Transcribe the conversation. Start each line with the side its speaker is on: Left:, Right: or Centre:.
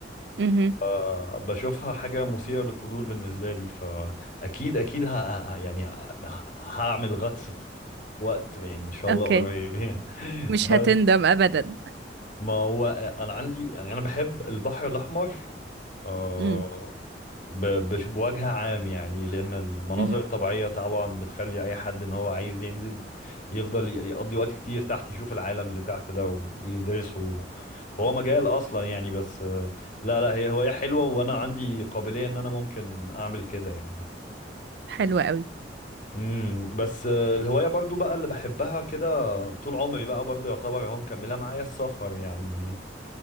Right: امم
Left: آه، بشوفها حاجه مثيره للفضول بالنسبه لي فاكيد اكيد ه... ه- يعني ه... هعمل غطس في وقت يعني ان شاء
Right: اوكي
Left: الله قريب <laughs>
Right: مش
Left: بس
Right: هتندم ابدا
Left: ما هو انا عندي يعني انا بحب البحر الاحمر آه،
Right: امم
Left: ب- بش- بوجه عام يعني لأن المناظر
Right: امم
Left: الطبيعية طبعا بتخلي أي حد إن هو عايز ينزل يفضل ي- يقضي وقت كتير تحت يشوف العالم اللي تحت ده و- ويدرسه هو مجال أصلا يعني بس آه، لا لا هي هواية حلوة وأنا عندي قابلية إن أنا ممكن أعمل كده يعني
Right: حلوة قوي
Left: امم بس آه، الهواية برضو بقى اللي بحبها كده طول عمري بقى برضو يعتبر هو مكملها معايا السفر يعني